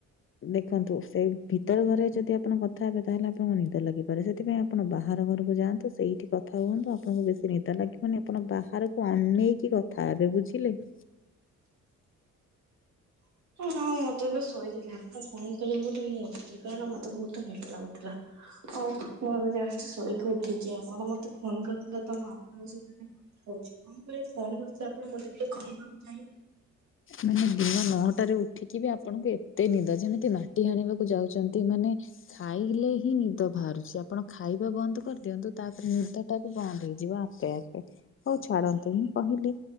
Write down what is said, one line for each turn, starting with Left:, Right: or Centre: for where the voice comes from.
Left: ଦେଖନ୍ତୁ ସେଇ ଭିତର ଘରେ ଯଦି ଆପଣ କଥା ହେବେ ତାହେଲେ ଆପଣଙ୍କୁ ନିଦ ଲାଗିପାରେ ସେଥିପାଇଁ ଆପଣ ବାହାର ଘରକୁ ଯାଆନ୍ତୁ ସେଇଠି କଥା ହୁଅନ୍ତୁ ଆପଣଙ୍କୁ ବେଶୀ ନିଦ ଲାଗିବନି ଆପଣ ବାହାରକୁ ଅନେଇକି ଥାବେ ବୁଝିଲେ କି?
Right: ନାଁ ମୁଁ ତ ଏବେ ଶୋଇଥିଲି ଆପଣ ଫୋନ କଲେ ବୋଲି ମୁଁ ଉଥିଲି କାରଣ ମତେ ବହୁତ ନିଦ ଲାଗୁଥି <unintelligible> ଶୋଇକି ଉଠିଛି ଆପଣ ମତେ ଫୋନ କରିଦେଥିଲେ ତମ ଆପଣଙ୍କ ସହିତ କଥା ହଉଛି। କଣ ପାଇଁ ଫୋନ କରୁଛି ଆପଣ ମତେ ଟିକେ କହିବାକୁ ଚାହିଁବେ।
Left: ମାନେ ଦିନ ନଅଟାରେ ଏଠିକି ବି ଆପଣଙ୍କୁ ଏତେ ନିଦ ଯେମିତି ମାଟି ହାଣିବାକୁ ଯାଉଛନ୍ତି ମାନେ ଖାଇଲେ ହିଁ ନିଦ ବାହାରୁଛି ଆପଣ ଖାଇବା ବନ୍ଦ କରିଦିଅନ୍ତୁ ତାପରେ ନିଦ ତାକୁ ବନ୍ଦ ହେଇଯିବ ଆପେ ଆପେ ହଉ ଛାଡନ୍ତୁ ମୁଁ କହିଲି